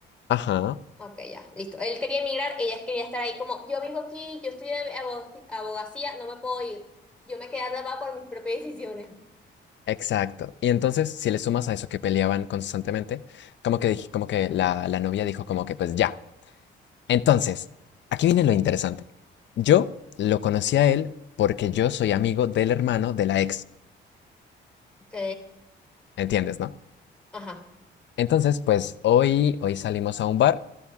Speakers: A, on the left; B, in the centre.
A: Ajá.
B: Ok, ya, listo. Él quería emigrar, ella quería estar ahí como, yo vivo aquí, yo estudio abo- abogacía, no me puedo ir. Yo me quedé atrapada por mis propias decisiones.
A: Exacto. Y entonces, si le sumas a eso que peleaban constantemente, como que dij- como que la, la novia dijo como que pues ya. Entonces, aquí viene lo interesante. Yo lo conocí a él porque yo soy amigo del hermano de la ex,
B: Ok,
A: ¿entiendes, no?
B: ajá.
A: Entonces, pues hoy hoy salimos a un bar